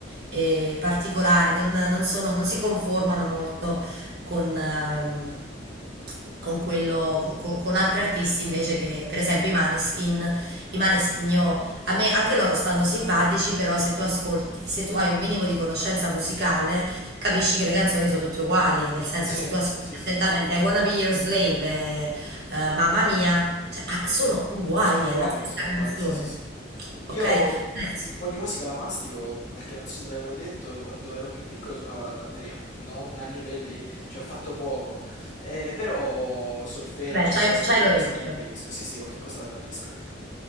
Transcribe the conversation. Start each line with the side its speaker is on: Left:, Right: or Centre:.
Right: e particolari, non, non sono- non si conformano molto con, ehm, con quello, con, con- con altri artisti invece che, per esempio, i Maneskin. I Maneskin io, a me anche loro stanno simpatici, però se tu ascolti, se tu hai un minimo di conoscenza musicale, capisci che le canzoni sono tutte uguali, nel senso
Left: Sì,
Right: se tu ascolti
Left: sì, sì,
Right: attentamente
Left: sì, sì.
Right: I Wanna Be Your Slave, eh, eh, Mamma Mia, cioè, ah, sono uguali,
Left: Sono uguali,
Right: è la stessa
Left: sono uguali,
Right: canzone.
Left: sì, sì, sì.
Right: Ok?
Left: Io
Right: Adesso,
Left: un po' di musica la mastico perché non so se te l'avevo detto, quando ero più piccolo suonavo la batteria, non a livelli, cioè ho fatto poco, eh, però solfeggio,
Right: vabbè, c'hai
Left: cosa,
Right: c'hai
Left: qualche
Right: l'orecchio.
Left: cosa la capisco, sì sì, qualche cosa la capisco,